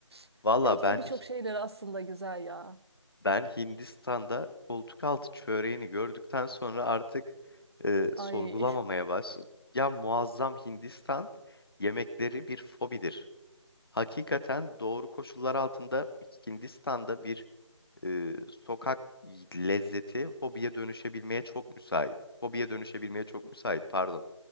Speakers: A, on the right (about 55°); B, on the left (about 50°).
A: <laughs>
B: Valla
A: Yoksa
B: ben
A: birçok şeyler aslında güzel ya.
B: Ben Hindistan'da koltuk altı çöreğini gördükten sonra artık e, sorgulamamaya
A: Ay. <laughs>
B: başladım. Ya muazzam Hindistan yemekleri bir fobidir. Hakikaten doğru koşullar altında Hindistan'da bir e, sokak lezzeti hobiye dönüşebilmeye çok müsait. Hobiye dönüşebilmeye çok müsait, pardon.